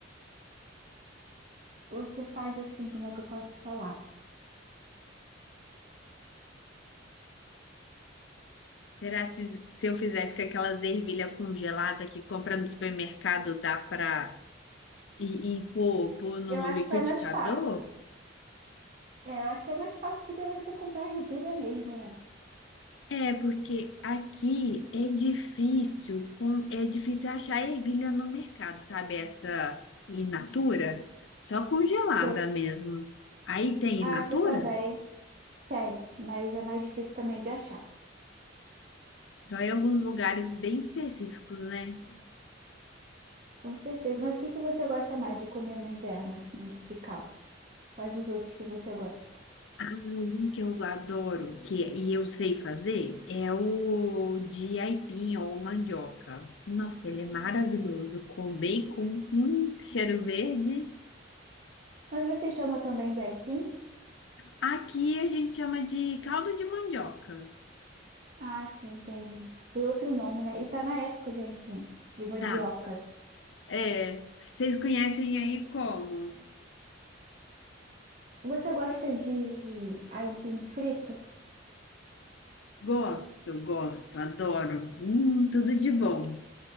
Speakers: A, on the right (about 40°); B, on the left (about 70°).
A: você faz assim, como é que eu posso falar?
B: Será que se, se eu fizesse com aquelas ervilha congelada que compra no supermercado, dá pra... E, e pôr, pôr no
A: Eu acho
B: liquidificador?
A: que é mais fácil. É, eu acho que é mais fácil do que você comprar ervilha mesmo, né?
B: É, porque aqui é difícil, com, é difícil achar ervilha no mercado, sabe? Essa in natura, só congelada
A: Tem.
B: mesmo. Aí tem
A: Ah,
B: in natura?
A: Aqui também tem, mas é mais difícil também de achar.
B: Só em alguns lugares bem específicos, né?
A: Com certeza. Mas o que que você gosta mais de comer no inverno, assim, de caldo? Quais os outros que você gosta?
B: Um que eu adoro, que é, e eu sei fazer, é o de aipim ou mandioca. Nossa, ele é maravilhoso, com bacon, hum, cheiro verde.
A: Mas você chama também de aipim?
B: Aqui a gente chama de caldo de mandioca.
A: Ah, sim, entendi. Tem outro nome, né? E tá na época de aipim, de mandioca.
B: Tá, É, vocês conhecem aí como?
A: Você gosta de aipim frito?
B: Gosto, gosto, adoro. Hum, tudo de bom.